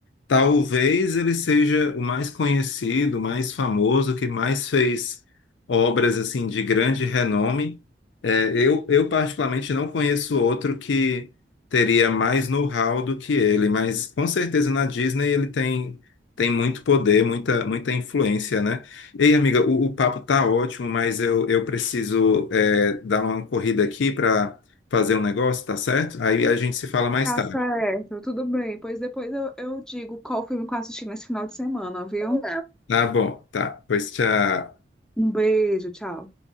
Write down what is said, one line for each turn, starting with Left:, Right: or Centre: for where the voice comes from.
Left: Talvez ele seja o mais conhecido, o mais famoso, que mais fez obras assim de grande renome. É, eu, eu particularmente não conheço outro que teria mais know-how do que ele, mas com certeza na Disney ele tem, tem muito poder, muita, muita influência, né? Ei, amiga, o, o papo tá ótimo, mas eu, eu preciso é, dar uma corrida aqui para fazer um negócio, tá certo? Aí a gente se fala mais
Centre: Tá
Left: tarde.
Centre: certo, tudo bem. Pois depois eu, eu digo qual filme que eu assisti nesse final de semana, viu?
Left: Tá bom, tá. Pois tchau.
Centre: Um beijo, tchau.